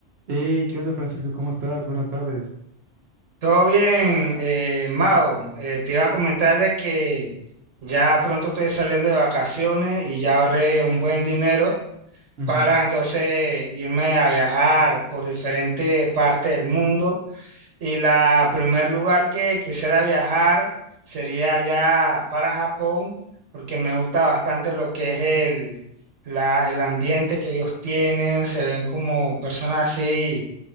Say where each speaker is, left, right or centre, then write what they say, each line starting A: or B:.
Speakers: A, on the right; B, on the right.
A: Hey, ¿qué onda, Francisco? ¿Cómo estás? Buenas tardes.
B: Todo bien, eh, Mao. Eh, te iba a comentar de que ya pronto estoy saliendo de vacaciones y ya ahorré un buen dinero
A: Ujú,
B: para entonces irme a viajar por diferentes partes del mundo. Y la primer lugar que quisiera viajar sería ya para Japón, porque me gusta bastante lo que es el, la- el ambiente que ellos tienen. Se ven como personas así